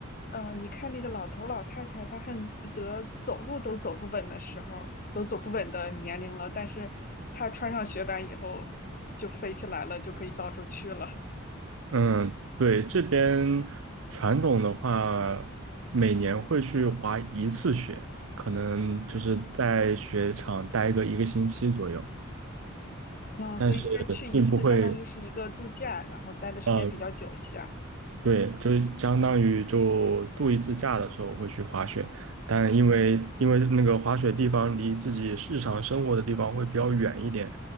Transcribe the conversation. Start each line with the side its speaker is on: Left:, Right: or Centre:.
Left: 呃，你看那个老头儿老太太，他恨不得走路都走不稳的时候，都走不稳的年龄了，但是他穿上雪板以后就飞起来了，就可以到处去了。
Right: 嗯，对，这边传统的话，每年会去滑一次雪，可能就是在雪场待个一个星期左右，
Left: 嗯，
Right: 但是并不会。
Left: 所以就是去一次，相当于是一个度假，然后待的时间比较久一些。
Right: 呃。对，就相当于就度一次假的时候会去滑雪，但因为因为那个滑雪地方离自己日常生活的地方会比较远一点，